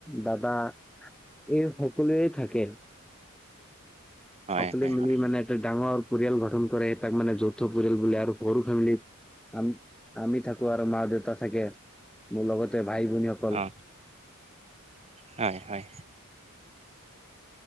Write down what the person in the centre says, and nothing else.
দাদা এই সকলোৱে থাকে।
সকলোৱে
মিলি
মানে এটা ডাঙৰ পৰিয়াল গঠন কৰে তাক মানে যৌথ পৰিয়াল বুলি আৰু সৰু ফেমিলিত আ আমি থাকো ক আৰু মা দেউতা থাকে, মোৰ লগতে ভাই ভনীসকল